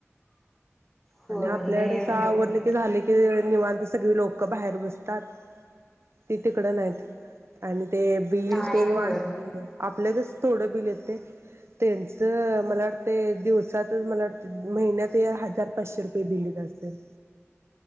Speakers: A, in the centre; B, on the right.
A: होय
B: आणि आपल्याकड
A: लय
B: अस आवरलं
A: हे होते
B: की झाले की निवांत सगळी लोक बाहेर बस दात ते तिकडं नाहीत आणि ते बिल
A: नाही
B: तेन वाढते
A: होय
B: आपल कसं थोडं बिल येत त्यांच मला वाटतय दिवसाचच मला वाटत महिन्याच हजार.... पाचशे रुपये बिल येत असेल...